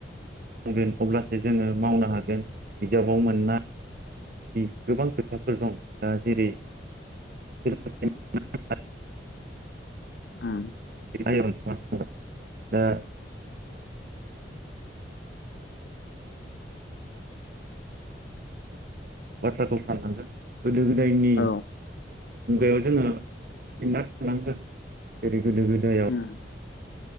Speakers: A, on the right; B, on the left.
A: <unintelligible> अब्लासो जोङो मावनो हागोन बिजाबाव मोनना <unintelligible> गोबां खोथाफोर दं दा जेरै <unintelligible>
B: उम
A: <unintelligible> दा <unintelligible> <unintelligible> बाथ्राखौ साननांगोन गोदो गोदायनि
B: औ
A: मुगायाव जोङो फिनना थानांगोन जेरै गोदो गोदायाव
B: उम <inaudible>